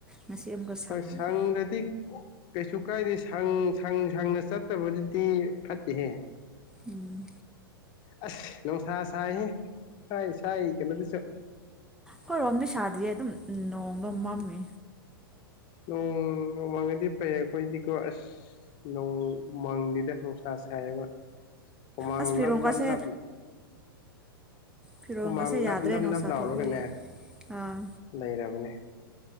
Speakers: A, in the centre; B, on the left.
A: ꯉꯁꯤ ꯑꯃꯨꯛꯀ ꯁꯪꯉꯕ
B: ꯁꯥꯪꯕꯇꯛ ꯀꯁꯨ ꯀꯥꯏꯗ ꯁꯪ ꯁꯪ ꯁꯪꯅ ꯆꯠꯇꯕ ꯐꯠꯇ ꯍꯦ
A: ꯎꯝ
B: ꯑꯁ ꯅꯨꯡꯁꯥ ꯁꯥꯏꯍꯦ ꯁꯥꯏ ꯁꯥꯏ ꯀꯩꯅꯣꯗꯨꯁꯨ
A: ꯍꯣꯏ ꯔꯣꯝꯗꯤ ꯁꯥꯗꯤꯦ ꯑꯗꯨꯝ ꯅꯣꯡꯒ ꯃꯝꯃꯤ
B: ꯅꯣꯡ ꯅꯣꯡꯃꯪꯉꯗꯤ ꯐꯩ ꯑꯩꯈꯣꯏꯗꯤꯀꯣ ꯑꯁ ꯅꯣꯡꯃꯪꯗꯦꯗ ꯅꯨꯡꯁꯥ ꯁꯥꯏꯌꯦꯕ ꯍꯨꯃꯥꯡ
A: ꯑꯁ ꯐꯤꯔꯣꯟꯒꯁꯦ
B: ꯅꯞ ꯅꯞ ꯅꯞ
A: ꯐꯤꯔꯣꯟꯒꯁꯦ
B: ꯍꯨꯃꯥꯡ ꯅꯞ
A: ꯌꯥꯗ꯭ꯔꯦ
B: ꯅꯞ
A: ꯅꯨꯡꯁꯥ
B: ꯅꯞ ꯂꯥꯎꯔꯒꯅꯦ
A: ꯊꯣꯛꯄꯒꯤ ꯑꯥ
B: ꯂꯩꯔꯕꯅꯦ